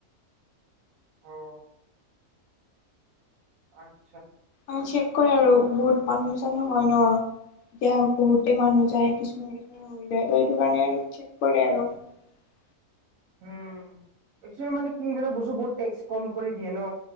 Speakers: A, on the right; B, on the left.
A: অ অ আত।
B: অ ছেক কৰে আৰু বহুত মানুহ ছানো হয় ন। এতিয়া বহুতে মানুহ যায় কিছুমানে কিছুমানে ৰৈ যায় ত সেইটো কাৰণে আৰু চেক কৰে আৰু। <unintelligible>
A: উম <inaudible> মানে কি এইবিলাক বস্তু বহুত টেক্স কম কৰি দিয়ে ন।